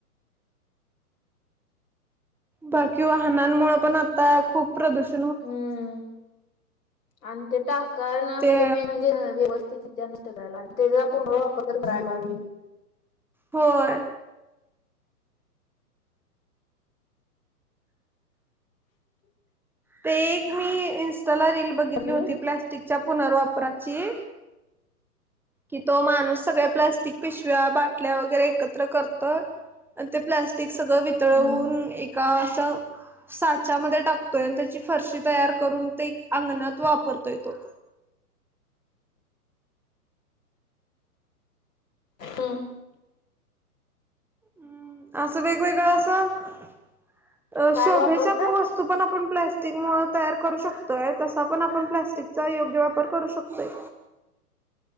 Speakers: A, in the centre; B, on the left.
A: बाकी वाहनांमुळे पण आता खूप प्रदूष
B: हम्म आणि ते टाकाय ना म्हणजे
A: ते
B: म म्हणजे व्यवस्थित न करायला पाजे <unintelligible> कराय पाहिजे
A: होय
B: <inaudible>
A: ते एक मी इन्स्टाला रील बघितली
B: काय म्हणलास?
A: होती प्लॅस्टिकच्या पुनर्वापराची कि तो माणूस सगळ्या प्लास्टिक पिशव्या, बाटल्या वगरै एकत्र करतोय आणि ते प्लॅस्टिक सगळ वितळवून
B: हम्म
A: एका अस साच्यामध्ये टाकतोय आणि त्याची फरशी तयार करून ते अंगणात वापरतोय तो.
B: हम
A: हम्म अस वेगवेगळ अस अ
B: काय
A: शोभेच्या
B: वापरतोय?
A: प वत पण आपण प्लॅस्टिक तयार करू शकतोय तसा पण आपण प्लस्टिकचा योग्य वापर करू शकतोय.